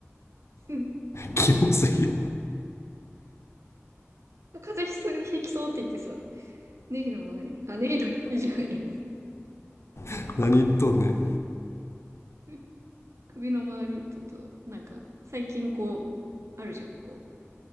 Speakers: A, on the right; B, on the left.
A: <laughs>
B: キモすぎる
A: 風邪ひきそうって言ってさ、ネギの周り、あ、ネギの周りじゃないや。
B: <laughs> 何言っとんねん
A: <laughs> 首の周り、ちょっと、なんか、最近こう、あるじゃん、こう、